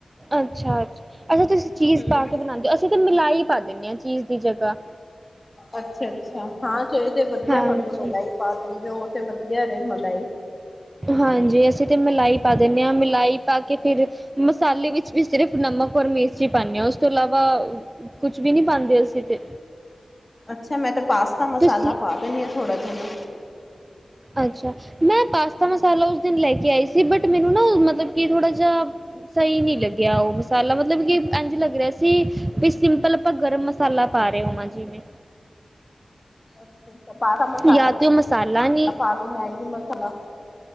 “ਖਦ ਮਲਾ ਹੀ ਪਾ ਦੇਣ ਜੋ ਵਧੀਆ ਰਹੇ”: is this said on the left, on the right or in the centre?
Left